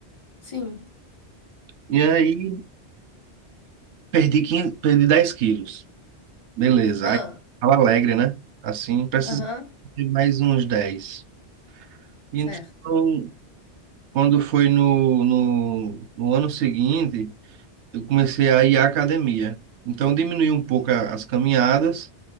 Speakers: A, on the left (about 30°); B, on the right (about 85°).
A: Sim.
B: E aí, perdi 15, perdi 10 quilos. Beleza.
A: Ah,
B: Aí, tava alegre, né? Assim, precisa
A: aham,
B: de mais uns dez Então,
A: certo.
B: quando foi no, no, no ano seguinte, eu comecei a ir à academia. Então, diminui um pouco a- as caminhadas,